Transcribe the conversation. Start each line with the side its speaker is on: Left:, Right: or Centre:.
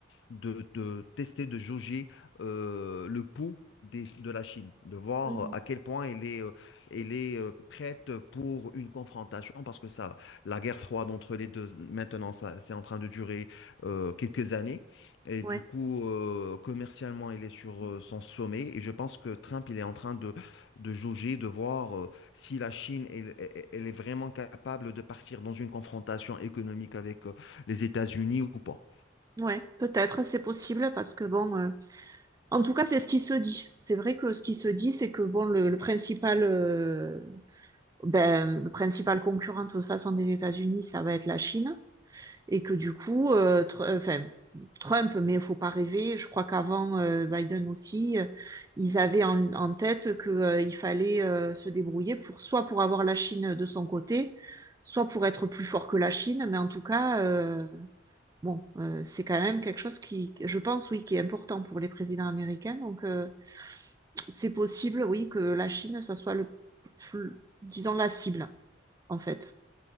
Left: de, de tester, de jauger euh, le pouls des- de la Chine, de voir
Right: Mm.
Left: euh, à quel point elle est, euh, elle est euh, prête pour une confrontation, parce que ça, la guerre froide entre les deux, maintenant, ça, c'est en train de durer euh, quelques années. Et
Right: ouais,
Left: du coup, euh, commercialement, elle est sur euh, son sommet. Et je pense que Trump, il est en train de, de jauger, de voir euh, si la Chine, elle, elle- elle est vraiment capable de partir dans une confrontation économique avec euh, les États-Unis ou pas.
Right: ouais. Peut-être, c'est possible parce que bon. euh, En tout cas, c'est ce qui se dit. C'est vrai que ce qui se dit, c'est que bon, le, le principal, euh, ben, le principal concurrent de toute façon des États-Unis, ça va être la Chine, et que du coup, euh, Tr- euh, enfin, Trump, mais il faut pas rêver. Je crois qu'avant euh, Biden aussi, euh, ils avaient en, en tête que euh, il fallait euh, se débrouiller pour soit pour avoir la Chine de son côté, soit pour être plus fort que la Chine. Mais en tout cas, euh, bon, euh, c'est quand même quelque chose qui, je pense, oui, qui est important pour les présidents américains. Donc euh, c'est possible, oui, que la Chine, ça soit le, le- disons la cible, en fait.